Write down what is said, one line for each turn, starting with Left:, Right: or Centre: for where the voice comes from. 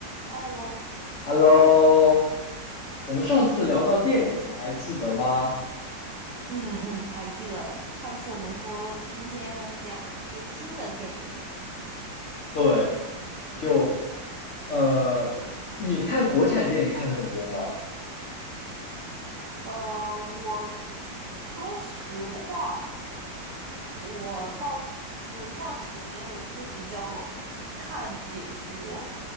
Right: Hello，
Left: Hello，我们上次聊到电影，你还记得吗？
Right: 嗯嗯，还记得上次我们说今天聊一些新的电影。
Left: 对，就呃，你看国产电影看的很多吗？
Right: 呃，我说实话，我到有一段时间我会比较看解说，